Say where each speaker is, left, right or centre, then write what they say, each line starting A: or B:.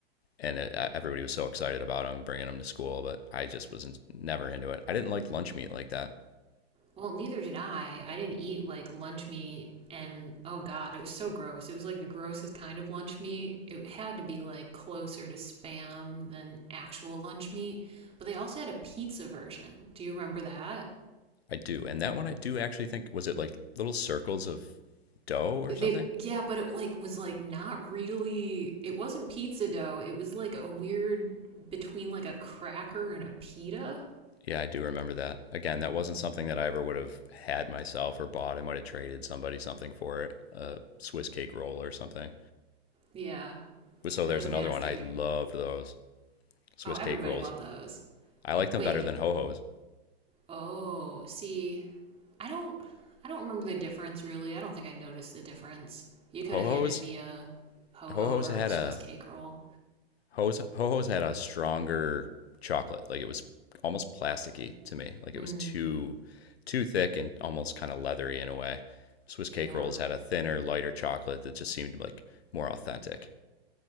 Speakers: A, on the left (about 75°); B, on the right (about 20°).
A: and it, everybody was so excited about him bringing him to school. But I just was never into it. I didn't like lunch meat like that.
B: Well, neither did I. I didn't eat like lunch meat and oh god, it was so gross. It was like the grossest kind of lunch meat. It had to be like closer to spam than actual lunch meat, but they also had a pizza version. Do you remember that?
A: I do, and that one I do actually think was it like little circles of dough or
B: They
A: something.
B: yeah, but it like was like not really it wasn't pizza dough. It was like a weird between like a cracker and a pita.
A: Yeah, I do remember that. Again, that wasn't something that I ever would have had myself or bought. I might have traded somebody something for it, a Swiss cake roll or something.
B: Yeah,
A: So
B: that
A: there's
B: was
A: another
B: nasty.
A: one. I loved those Swiss
B: Oh, everybody
A: cake rolls.
B: loved those.
A: I liked them
B: Wait.
A: better than ho hos.
B: Oh, see, I don't I don't remember the difference really. I don't think I noticed the difference. You could
A: Ho
B: have handed
A: hos,
B: me a ho
A: ho
B: ho
A: hos
B: or
A: had
B: a Swiss
A: a
B: cake roll.
A: Ho's Ho Ho's had a stronger chocolate. Like it was almost plasticky to me. Like
B: Hmm.
A: it was too too thick and almost kind of leathery in a way. Swiss
B: Yeah.
A: cake rolls had a thinner, lighter chocolate that just seemed like more authentic.